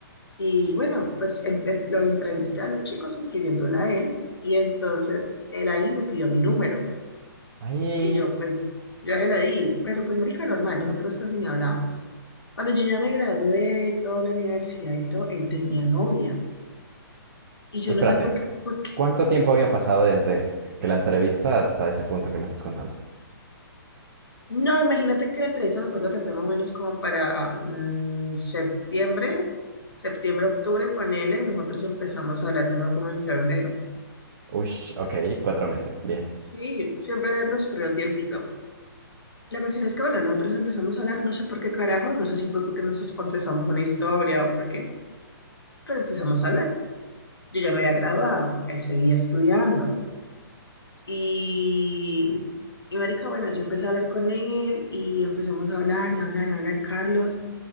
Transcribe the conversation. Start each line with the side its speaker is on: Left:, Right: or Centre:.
Left: Y bueno, pues em- em- lo entrevisté a los chicos, incluyéndola a él, y entonces él ahí me pidió mi número.
Right: Ahí,
Left: Y yo, pues, yo se lo di, pero pues, marica, normal, nosotros casi ni hablábamos. Cuando yo ya me gradué, toda la universidad y todo, él tenía novia. Y yo
Right: espérate,
Left: no sé por qué, por qué.
Right: ¿cuánto tiempo había pasado desde que la entrevista hasta ese punto que me estás contando?
Left: No, imagínate que la entrevista, me acuerdo que fue más o menos como para mm, septiembre, septiembre, octubre, ponele, y nosotros empezamos a hablar de nuevo como en febrero.
Right: Ush, ok, cuatro meses, bien.
Left: Sí, siempre transcurrió un tiempito. La cuestión es que, bueno, nosotros empezamos a hablar, no sé por qué carajos, no sé si fue porque nosotros contestamos una historia o por qué, pero empezamos a hablar. Yo ya me había graduado, él seguía estudiando. Y, y marica, bueno, yo empecé a hablar con él y empezamos a hablar y a hablar, a hablar, Carlos.